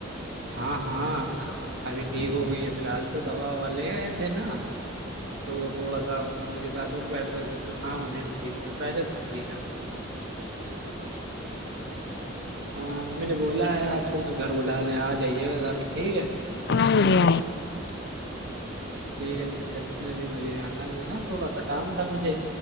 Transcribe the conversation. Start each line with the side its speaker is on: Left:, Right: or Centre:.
Right: ہاں ہاں ابھی ٹھیک ہو گئی ہے فی الحال تو دوا والا لے آئے تھے نا تو تھوڑا ساپ ممی کے ساتھ اٹھ بیٹھے ہو تو ہاں ممی اب ٹھیک ہوئے ہیں پہلے سے ٹھیک ہے ہاں امی نے بولا ہے آپ کو کہ گھر بلا لیں آ جائیے گا گھر ٹھیک ہے
Left: ہڈ آئی گے
Right: ٹھیک اچھا چل پ ابھی مجھے آنا بھی ہے نا تھوڑا سا کام تھا مجھے